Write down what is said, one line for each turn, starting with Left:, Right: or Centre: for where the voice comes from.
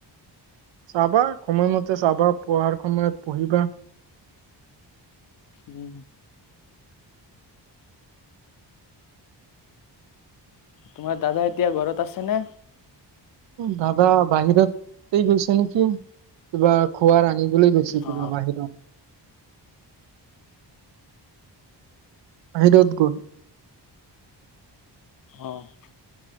Right: চাবা সময়মতে চাবা পঢ়াৰ সময়ত পঢ়িবা।
Left: উম। তোমাৰ দাদা এতিয়া ঘৰত আছেনে?
Right: দাদা বাহিৰতেই গৈছে নেকি কিবা খোৱাৰ আনিবলৈ বলৈ গৈছো
Left: অ
Right: কিবা বাহিৰত আহাহিৰদ গুল
Left: অ'।